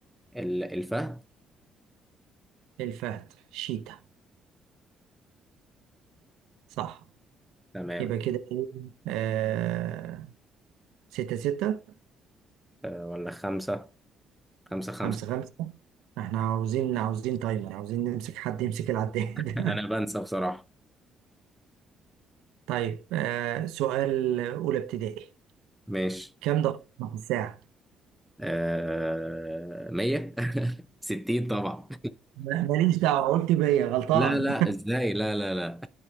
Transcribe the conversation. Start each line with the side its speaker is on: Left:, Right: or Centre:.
Centre: ال- الفهد
Right: الفهد شيتا صح
Centre: تمام
Right: يبقى كده ايه آه ستة ستة
Centre: آه، ولا خمسة خمسة خمسة
Right: خمسة خمسة احنا عاوزين عاوزين تايمر عاوزين نمسك حد يمسك العداد
Centre: <laughs> أنا
Right: <laughs>
Centre: بنسى بصراحة
Right: طيب آه سؤال أولى ابتدائي
Centre: ماشي
Right: كم دقيقة في الساعة؟
Centre: آه، مية <laughs> ستين طبعا
Right: ما- ماليش دعوة قلت بيا غلطان
Centre: لا لا ازاي لا لا لا